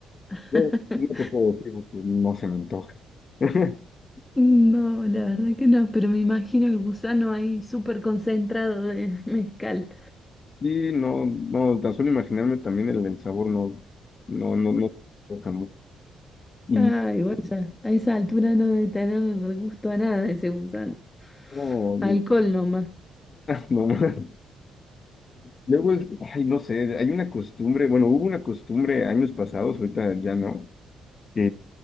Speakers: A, on the left; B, on the left.
A: <laughs>
B: Yo no te puedo decir porque no se me antoja. <laughs>
A: No, la verdad que no, pero me imagino el gusano ahí súper concentrado de <laughs> mezcal.
B: Y no, no, tan solo imaginarme también el, el sabor no, no, no, no, antoja mucho. Y
A: Ah, igual ya, a esa altura no debe tener gusto a nada ese gusano.
B: no,
A: Alcohol
B: y-
A: nomás.
B: <laughs> no más. Luego es, ay, no sé, hay una costumbre, bueno, hubo una costumbre años pasados, ahorita ya no, que,